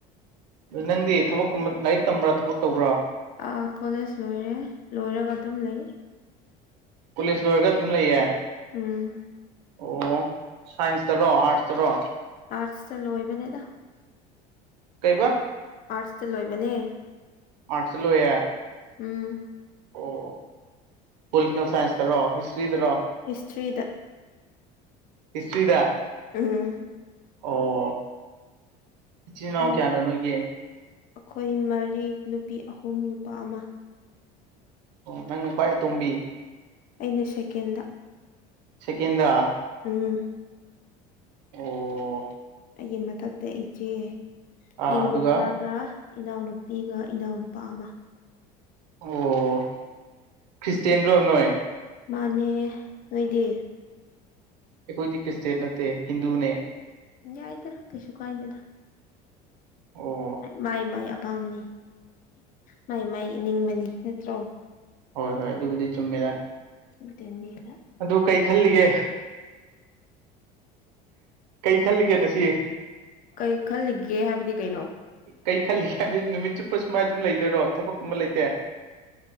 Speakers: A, on the right; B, on the left.
A: ꯅꯪꯗꯤ ꯊꯥꯕꯛ ꯂꯥꯏꯔꯤꯛ ꯇꯝꯕ꯭ꯔꯥ ꯊꯕꯛ ꯇꯧꯕ꯭ꯔꯥ
B: ꯑꯥ ꯀꯣꯂꯦꯖ ꯂꯣꯏꯔꯦ ꯂꯣꯏꯔꯒ ꯑꯗꯨꯝ ꯂꯩ
A: ꯀꯣꯂꯦꯁ ꯂꯣꯏꯔꯒ ꯑꯗꯨꯝ ꯂꯩꯌꯦ
B: ꯎꯝ
A: ꯑꯣ ꯁꯥꯏꯟꯁꯇꯔꯣ ꯑꯔꯥꯠꯁꯇꯔꯣ
B: ꯑꯔꯥꯠꯁꯇꯥ ꯂꯣꯏꯕꯅꯦꯗꯥ
A: ꯀꯩꯕ
B: ꯑꯥꯔꯠꯁꯇꯥ ꯂꯣꯏꯕꯅꯦ
A: ꯑꯥꯔꯠꯁꯇꯥ ꯂꯣꯏꯌꯦ
B: ꯎꯝ
A: ꯑꯣ ꯄꯣꯂꯤꯇꯤꯀꯦꯜ ꯁꯥꯏꯟꯁꯇꯔꯣ ꯍꯤꯁꯇ꯭ꯔꯤꯗꯔꯣ
B: ꯍꯤꯁꯇ꯭ꯔꯤꯗ
A: ꯍꯤꯁꯇꯔꯤꯗ
B: ꯎꯝ
A: ꯑꯣ ꯏꯆꯤꯟ ꯅꯥꯎ
B: ꯅꯪꯗꯤ
A: ꯀꯌꯥꯅꯣ ꯅꯣꯏꯒꯤ
B: ꯑꯩꯈꯣꯏ ꯃꯔꯤ ꯅꯨꯄꯤ ꯑꯍꯨꯝ ꯅꯨꯄꯥ ꯑꯃꯥ
A: ꯑꯣ ꯅꯪꯅꯥ ꯈꯋꯥꯏ ꯑꯇꯣꯝꯕꯤ
B: ꯑꯩꯅ ꯁꯦꯀꯦꯟ
A: ꯁꯦꯀꯦꯟꯗꯥ
B: ꯎꯝ
A: ꯑꯣ
B: ꯑꯩꯒꯤ ꯃꯥꯊꯛꯇ ꯏꯆꯦ
A: ꯑꯥ
B: ꯑꯩꯒꯤ
A: ꯑꯗꯨꯒ
B: ꯃꯈꯥ ꯔꯥ ꯏꯅꯥꯎꯅꯨꯄꯤꯒꯥ ꯏꯅꯥꯎꯅꯨꯄꯥꯒꯥ
A: ꯑꯣ ꯈ꯭ꯔꯤꯁꯇꯦꯟ꯭ꯔꯣ ꯅꯣꯏ
B: ꯃꯥꯅꯦ ꯅꯣꯏꯗꯤ
A: ꯑꯩꯈꯣꯏꯗꯤ ꯈ꯭ꯔꯤꯁꯇꯦꯟ ꯅꯠꯇꯦ ꯍꯤꯟꯗꯨꯅꯦ
B: ꯌꯥꯏꯗ ꯀꯩꯁꯨ ꯀꯥꯏꯗꯦꯗꯥ
A: ꯑꯣ
B: ꯃꯥꯏ ꯃꯥꯏ ꯑꯄꯥꯝꯕꯅꯤ ꯃꯥꯏ ꯃꯥꯏ ꯑꯅꯤꯡꯕꯅꯤ ꯅꯠꯇ꯭ꯔꯣ
A: ꯍꯣꯏ ꯍꯣꯏ ꯑꯗꯨꯕꯨꯗꯤ ꯆꯨꯝꯃꯦ
B: <unintelligible>
A: ꯑꯗꯨ ꯀꯩ ꯈꯜꯂꯤꯒꯦ ꯀꯩ ꯈꯜꯂꯤꯒꯦ ꯗꯨꯁꯤ
B: ꯀꯩ ꯈꯜꯂꯤꯒꯦ ꯍꯥꯏꯕꯗꯤ ꯀꯩꯅꯣ
A: ꯀꯩ ꯈꯜꯂꯤꯒꯦ ꯍꯥꯏꯗꯤ ꯅꯨꯃꯤꯠ ꯆꯨꯞꯄ ꯁꯨꯃꯥꯏ ꯑꯗꯨꯝ ꯂꯩꯗꯣꯏꯔꯣ ꯊꯕꯛ ꯀꯨꯝꯕ ꯂꯩꯇꯦ